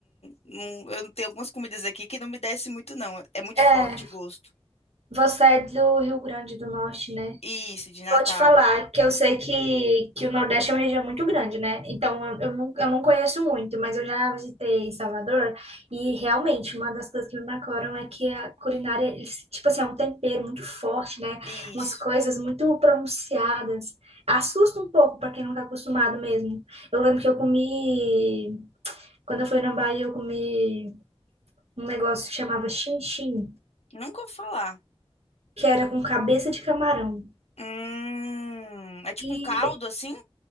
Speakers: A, on the left; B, on the right.
A: não. Eu tenho algumas comidas aqui que não me desce muito, não. É muito
B: É.
A: forte o gosto.
B: Você é do Rio Grande do Norte, né?
A: Isso, de Natal.
B: Vou te falar que eu sei que, que o Nordeste é uma região muito grande, né? Então eu, eu, não, eu não conheço muito, mas eu já visitei Salvador e realmente uma das coisas que me marcaram é que a culinária, eles, tipo assim, é um tempero muito forte, né?
A: Isso.
B: Umas coisas muito pronunciadas. Assusta um pouco para quem não tá acostumado mesmo. Eu lembro que eu comi, quando eu fui na Bahia, eu comi um negócio que chamava chin-chin,
A: Nunca ouvi falar.
B: que era com cabeça de camarão.
A: Hum, é tipo
B: E
A: um caldo, assim?